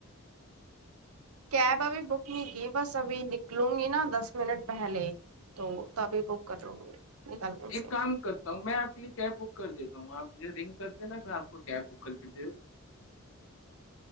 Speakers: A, on the right; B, on the left.
A: کیب ابھی بک نہیں کی بس ابھی نکلوں گی نا دس منٹ پہلے تو تبھی بک کر لوں گی نکلنے
B: ایک
A: سے
B: کام کرتا ہوں میں آپ کے لیے کیب بک کر دیتا ہوں آپ مھے رنگ کر دینا میں آپ کو کیب بک کر کےے